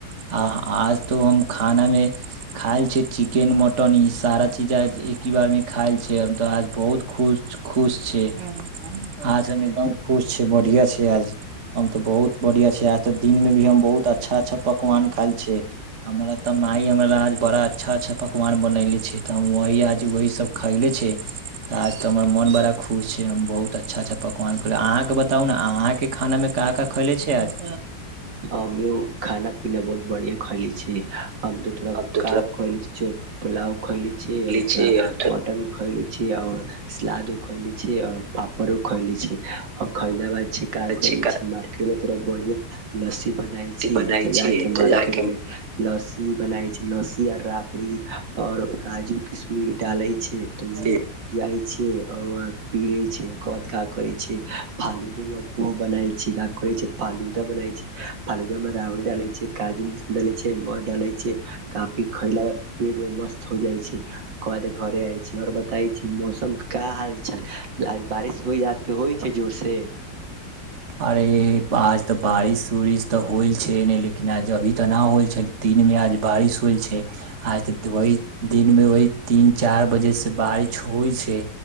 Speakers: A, on the right (about 40°); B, on the right (about 75°).
A: आ आज तो हम खाना में खायल छै चिकेन मटन ई सारा चीज आज एकी बार मे खायल छै हम तऽ आज बहुत खुश खुश छै आज हम एकदम खुश छी बढ़िया छै आज हम तऽ बहुत बढ़िया छै आज तऽ दिन में भी हम बहुत अच्छा अच्छा पकवान खायल छै हमरा तऽ माय हमर आज बड़ा अच्छा अच्छा पकवान बनेले छै त हम वही आज वही सब खयले छै आज तऽ हमर मन बड़ा खुश छै हम बहुत तऽ अच्छा अच्छा पकवान <unintelligible> अहाँके बताऊ न अहाँ के खाना में का का खैले छै आज
B: हम खाना पीना बहुत बढ़िया खैइले छी हम
A: तऽ थोड़ा
B: <unintelligible> पुलाव खइले छि और
A: ले छै
B: थोड़ा
A: और थोड़ा
B: मटन <unintelligible> और सलादो खइले छी और पापड़ो खइले छी <inaudible> खइले
A: चिकन
B: <inaudible> <unintelligible> तोरा बढ़िया लसि बनाई
A: रोटी
B: छै
A: बनाय
B: तऽ जाके
A: छै
B: मार्केट
A: तऽ जाके
B: में लस्सी बनाय छै लस्सी और राबड़ी और काजू किशमिश डालै छै तऽ ओ
A: से
B: जाय छै और पियै ज कत क करै छै फालूदू ओ बनाय छै का कहै छै फालूदा बनाय छै पनगमे रावण डाले छै काजू मिश डाले छै मध डाले छै काफी खइला बाद पेट मे मस्त हो जाइ छै काद घरे आइ छी आओर बताै छी मौसम क हाल चाल आ बारिश होइ जात के होइ ते जोरसँ
A: अरे आज तऽ बारिश उरििश तऽ होल छै ने लेकिन आज अभी तऽना होल छै दिन मे आज बारिश होल छै आज वहि दिन मे वहि तीन चार बजे से बारिश होइ छै